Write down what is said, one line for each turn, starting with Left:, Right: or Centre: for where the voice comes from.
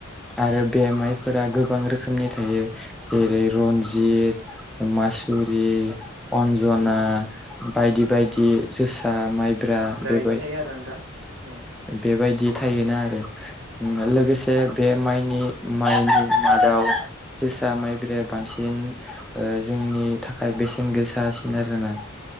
Centre: आरो बे माइफोरा गोबां रोखोमनि थायो जेरै रन्जित मासुरि अन्जना
Right: उम
Centre: बायदि बायदि जोसा माइब्रा बेबाय
Right: इदि थायो आरो नोंथां औ
Centre: बेबायदि थायोना आरो उम लोगोसे बे माइनि माइनि मादाव जोसा माइब्राया बांसिन ओ जोंनि थाखाय बेसेन गोसासिन आरोना